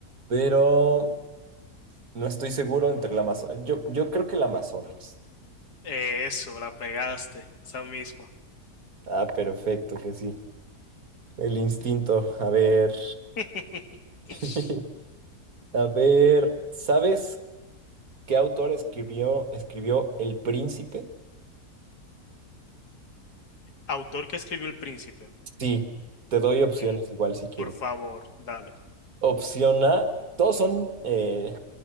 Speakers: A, on the right (about 60°); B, on the left (about 80°).
A: pero no estoy seguro entre la Amazonas. Yo, yo creo que la Amazonas.
B: Eso, la pegaste, esa misma.
A: Ah, perfecto, que sí. El instinto. A ver.
B: <laughs>
A: <laughs> A ver, ¿sabes qué autor escribió, escribió El Príncipe?
B: Autor que escribió El Príncipe.
A: Sí, te doy opciones
B: Mm,
A: igual si quieres.
B: Por favor, dale.
A: Opción A, todos son eh,